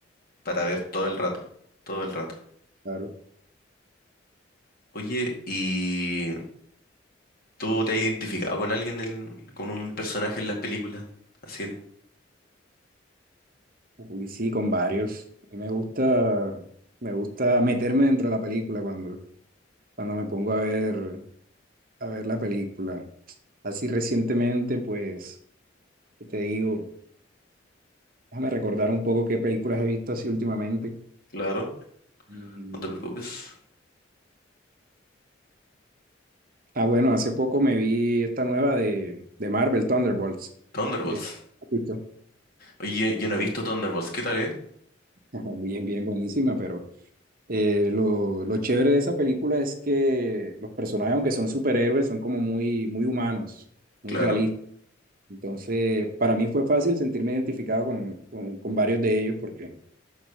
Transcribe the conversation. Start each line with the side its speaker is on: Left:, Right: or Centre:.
Left: para ver todo el rato, todo el rato.
Right: claro.
Left: Oye, ¿y tú te has identificado con alguien, en- con un personaje en las películas? Así,
Right: Uy, sí, con varios. A mí me gusta, me gusta meterme dentro de la película cuando, cuando me pongo a ver, a ver la película. Así recientemente, pues, ¿qué te digo? Déjame recordar un poco qué películas he visto así últimamente.
Left: claro,
Right: Y-
Left: no te preocupes.
Right: ah, bueno, hace poco me vi esta nueva de, de Marvel, Thunderbolts.
Left: Thunderbolts.
Right: Ya- Listo.
Left: Oye, yo, no he visto Thunderbolts, ¿qué tal, eh?
Right: <laughs> Bien, bien, buenísima, pero eh, lo, lo chévere de esa película es que los personajes, aunque son superhéroes, son como muy, muy humanos, muy
Left: Claro,
Right: realistas. Entonces, para mí fue fácil sentirme identificado con, con- con varios de ellos porque,